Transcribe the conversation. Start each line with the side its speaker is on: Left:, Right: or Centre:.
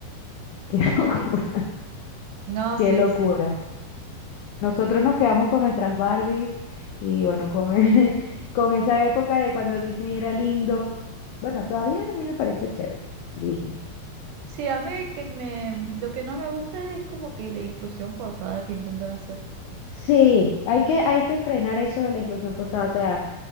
Left: <laughs> Qué locura.
Right: No, sí,
Left: Qué locura.
Right: sí.
Left: Nosotros nos quedamos con nuestras Barbies y bueno, con, <laughs> con esa época de cuando Disney era lindo. Bueno, todavía a mí me parece chévere, Disney.
Right: Sí, a mí que me, lo que no me gusta es como que la inclusión forzada que intentan hacer.
Left: Sí, hay que, hay que frenar eso de la inclusión forzada. O sea,